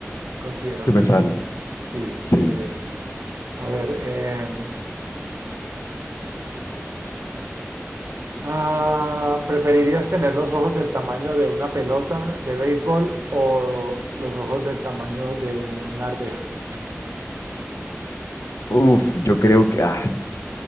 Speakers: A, on the right (about 65°); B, on the left (about 75°).
A: considerarla.
B: que pensarla.
A: Sí,
B: Sí,
A: eh, a ver, eh, Ah, ¿preferirías tener los ojos del tamaño de una pelota de béisbol o los ojos del tamaño de una arveja?
B: uf, yo creo que, ah,